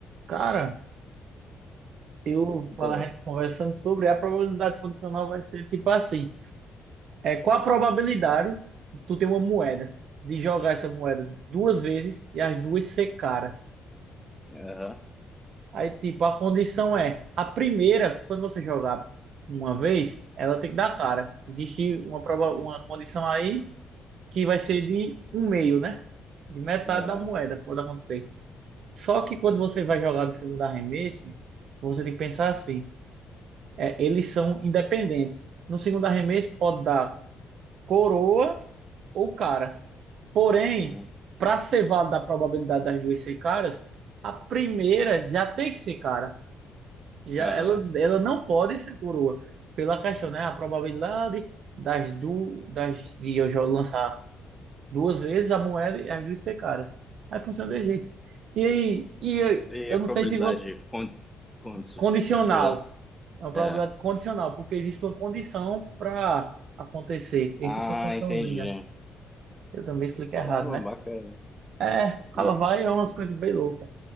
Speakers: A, on the right; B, in the centre.
A: Cara, eu
B: Então,
A: falar a gente conversando sobre a probabilidade funcional vai ser tipo assim. É, qual a probabilidade de tu ter uma moeda, de jogar essa moeda duas vezes e as duas ser caras?
B: aham,
A: Aí, tipo, a condição é, a primeira, quando você jogar uma vez, ela tem que dar cara. Existe uma, proba- uma condição aí que vai ser de um meio, né? De metade
B: aham,
A: da moeda, pode acontecer. Só que quando você vai jogar do segundo arremesso, você tem que pensar assim. é, eles são independentes. No segundo arremesso pode dar coroa ou cara. Porém,
B: uhum,
A: para ser válida a probabilidade das duas ser caras, a primeira já tem que ser cara. Já,
B: aham.
A: ela, ela não pode ser coroa. Pela questão, né? A probabilidade das du, das, de eu já lançar duas vezes a moeda e as duas ser caras. Aí funciona desse jeito. E aí, e eu,
B: E
A: eu
B: a
A: não
B: probabilidade
A: sei se você.
B: de cont, cont,
A: Condicional.
B: perdão.
A: É uma probabilidade
B: É.
A: condicional, porque existe uma condição para acontecer. Tem
B: Ah,
A: sempre uma condiçãozinha.
B: entendi.
A: Eu também expliquei
B: Caramba,
A: errado, né?
B: bacana.
A: É,
B: E
A: ela vai é umas coisas bem loucas.